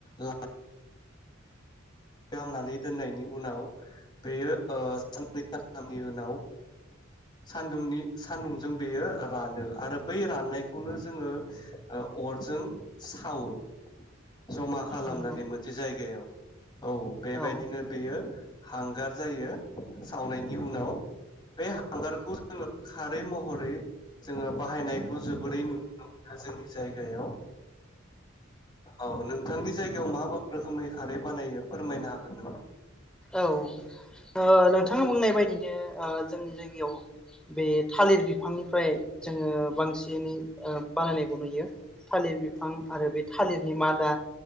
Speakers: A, on the left; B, in the centre.
A: ला लामनानै दोननायनि उनाव बेयो ओ साननै सानथामनि उनाव सानदुंनि सान्दुंजों बेयो रानो आरो बै राननायखौनो जोङो ओ अरजों सावो। जमा खालामनानै
B: नंगौ
A: मोनसे जायगायाव। औ बेबायदिनो
B: औ
A: बेयो हांगार जायो सावनायनि उनाव बे हांगारखौ जोङो खारै महरै जोङो बाहायनायखौ जोबोरै नुनो मोनो जोंनि जायगायाव औ नोंथांनि जायगायाव मा रोखोमै खारै बानायो? फोरमायनो हागोन नामा?
B: औ ओ नोंथां नोंथाङा बुंनाय बायदिनो ओ जोंनि जायगायाव बे थालिर बिफांनिफ्राय जोङो बांसिनै ओ बानायनायखौ नुयो थालिर बिफां आरो बे थालिरनि मादा